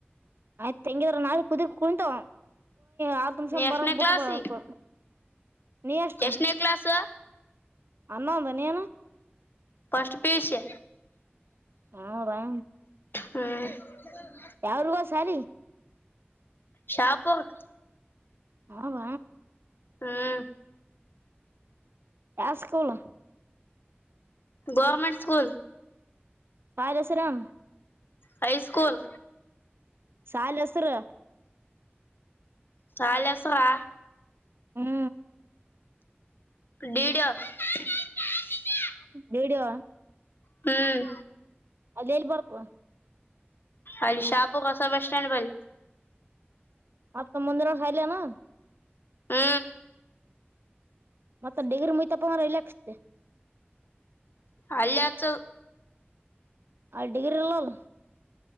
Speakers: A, on the right; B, on the left.
A: ಆಯ್ತು ತೆಂಗಿದ್ರ ನಾಳ ಕುದರಿ ಕುಂತವ ಆ ತುಮ ಶ ಬರ
B: ಎಷ್ಟನೇ
A: ಬುಟ್ಟು
B: ಕ್ಲಾಸ್
A: ಪಡ ನಿ ಎಸ್ಟ್ <unintelligible>
B: ಎಷ್ಟನೇ ಕ್ಲಾಸ್
A: ಅನೂಂದು ನೀ
B: ಫಸ್ಟ್ ಪಿಯುಸಿ
A: ಹಾ ರಾ
B: ಹ್ಮ
A: ಯಾವರಗೂತಿ ಶಾಲಿಗ
B: ಶಾಪುರಕ
A: ಹೌದ
B: ಹ್ಮ್
A: ಯಾವ ಸ್ಕೂಲ್
B: ಗೌರ್ಮೆಂಟ್ ಸ್ಕೂಲ್
A: ರಾಜಾಜಸರಾಮ
B: ಹೈ ಸ್ಕೂಲ್
A: ಸಾಲಿ ಹೆಸ್ರು
B: ಶಾಲಿ ಹೆಸರಾ
A: ಹ್ಮ
B: ಡಿಡಿಯೋ <unintelligible>
A: ಡಿಡಿಯೋ
B: ಹ್ಮ್
A: ಅದ ಎಲ್ಲಿ ಬರ್ತವಾ
B: ಅಲ್ಲಿ ಶಾಪುರ ಹೊಸ ಬಸ್ ಸ್ಟ್ಯಾಂಡ್ ಬಲ್ಲಿ
A: ಮತ್ತ ಮುಂದಿನ ವರ್ಷ ಅಲ್ಲೇನು
B: ಹ್ಮ
A: ಮತ್ತತ್ ಡಿಗ್ರ ಮುಯ್ತಪ್ಪಂದ್ರ ರಿಲಯಕ್ಸ್ತೆ
B: ಅಲ್ಲೇ ಹಚ್ಚೋದು
A: ಆ ಡಿಗ್ರಿ ಎಲ್ಲಲ್ಲ